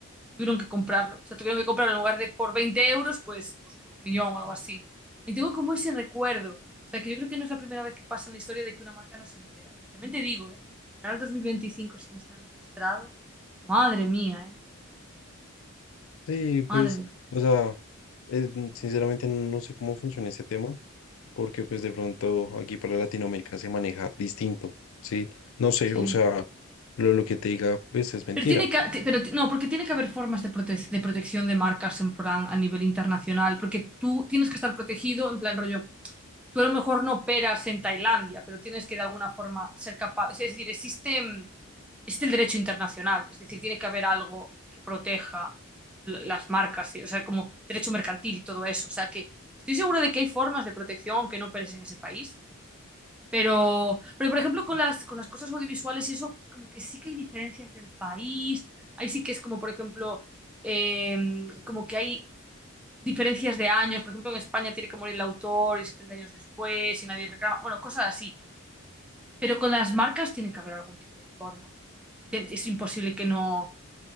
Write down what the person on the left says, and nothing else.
Sí, pues,
o sea, eh, mm, sinceramente no sé cómo funciona ese tema, porque pues de pronto aquí para Latinoamérica se maneja distinto, sí, no sé,
o sea, lo, lo que te diga, pues, es mentira.